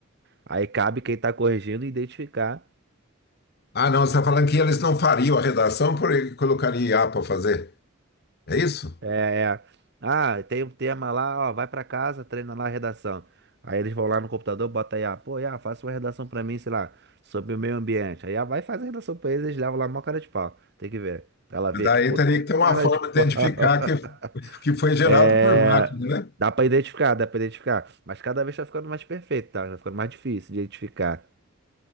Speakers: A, on the right; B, on the left.
A: Aí cabe quem tá corrigindo identificar
B: Ah, não, você está falando que eles não fariam a redação porque colocaria IA para fazer. É isso?
A: É, é. Ah, tem um tema lá, ó, vai pra casa, treina lá a redação. Aí eles vão lá no computador, bota aí, ah, pô, Iá, faça uma redação pra mim, sei lá, sobre o meio ambiente. Aí, ah, vai fazer a redação pra eles, eles levam lá mó cara de pau. Tem que ver. Ela vê
B: Daí
A: aqui, pô,
B: teria
A: ca-
B: que ter uma
A: cara
B: forma
A: de pau.
B: de identificar
A: <laughs>
B: que, que foi gerado
A: É,
B: por máquina, né?
A: dá pra identificar, dá pra identificar. Mas cada vez tá ficando mais perfeito, tá? Tá ficando mais difícil de identificar.